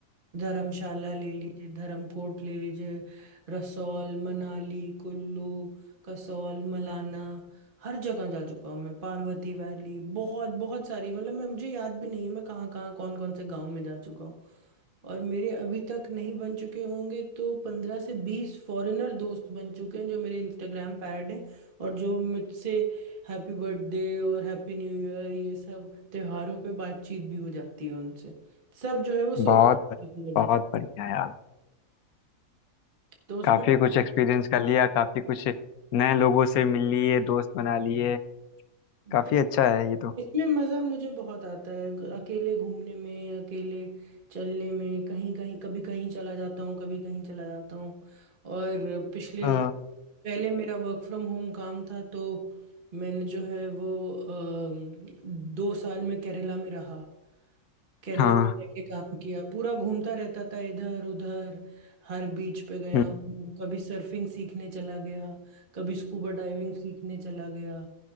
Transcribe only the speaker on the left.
बहुत
बहुत
बढ़िया यार
काफी कुछ एक्सपीरियंस कर लिया काफी कुछ नए लोगों से मिल लिए दोस्त बना लिए काफी
अच्छा है ये तो
हाँ
हाँ
हम्म।